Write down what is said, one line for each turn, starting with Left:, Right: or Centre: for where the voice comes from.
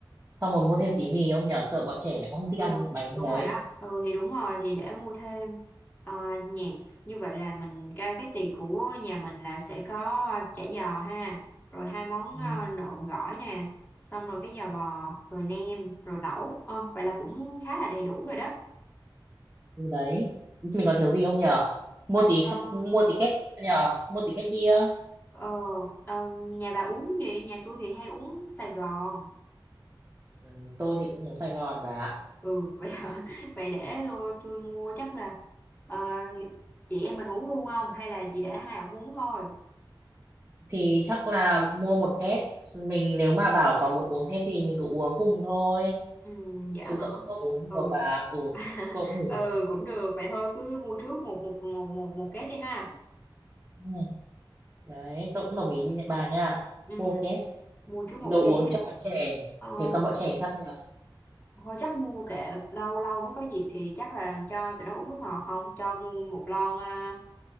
Right: xong rồi mua thêm tí mì không nhờ sợ bọn trẻ nó không thích
Left: ừ
Right: ăn bánh
Left: đúng
Right: đấy
Left: rồi đó ừ thì đúng rồi thì để mua thêm ờ, nhạc như vậy là mình cái, cái tiệc của nhà mình là sẽ có ờ, chả giò ha rồi hai món
Right: ừ,
Left: ờ, nộm gỏi nè xong rồi cái giò bò rồi nem rồi lẩu ờ, vậy là cũng khá là đầy đủ rồi đó
Right: ừ đấy mình còn thiếu gì không nhờ mua tí
Left: ừ.
Right: mua tí két nhờ mua tí két bia
Left: Ờ, ờm, nhà bà uống gì? Nhà tôi thì hay uống Sài Gòn.
Right: Ừ, tôi thì cũng uống Sài Gòn bà ạ.
Left: Ừ, vậy hả? <laughs> Vậy để tôi tôi mua chắc là ờ, chị em mình uống luôn không? Hay là chị để hai ổng uống thôi?
Right: thì chắc là mua một két mình nếu mà bảo có muốn uống thêm thì mình cứ uống cùng thôi
Left: Ừ, dạ
Right: chứ
Left: hả?
Right: tôi cũng không uống
Left: Ừ.
Right: nhiều bà ạ. ừ,
Left: <laughs>
Right: tôi cũng uống
Left: ừ cũng được. Vậy thôi cứ mua trước một một một một một két đi ha.
Right: ừ. đấy tôi cũng đồng ý nha- bà nha
Left: Ừ,
Right: mua một két
Left: mua trước một
Right: đồ
Left: két.
Right: uống cho bọn trẻ
Left: Ờ,
Right: thì con bọn trẻ sao nhỉ
Left: thôi chắc mua kệ lâu lâu mới có dịp thì chắc là cho tụi nó uống nước ngọt không cho mua một lon à,